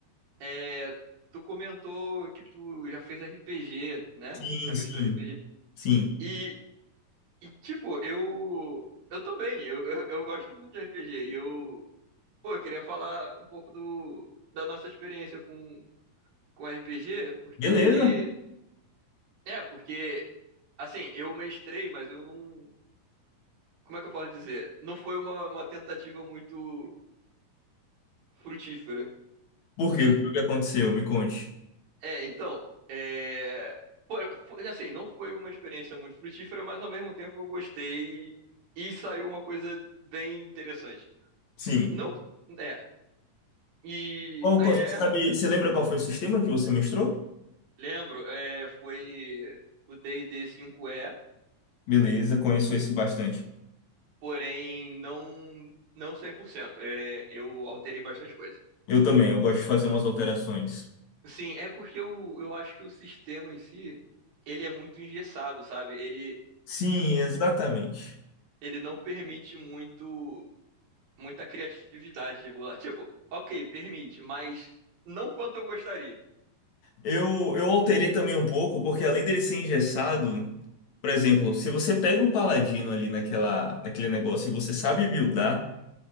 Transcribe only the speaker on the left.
Sim,
sim,
sim.
Beleza?
Por
quê? O que aconteceu? Me conte.
Sim.
Qual,
qual-
sabe, você lembra qual foi o sistema que você mestrou?
Beleza, conheço esse bastante.
Eu também, eu gosto de fazer umas alterações.
Sim, exatamente.
Eu, eu alterei também um pouco, porque além dele ser engessado, por exemplo, se você pega um paladino ali naquela, naquele negócio e você sabe buildar,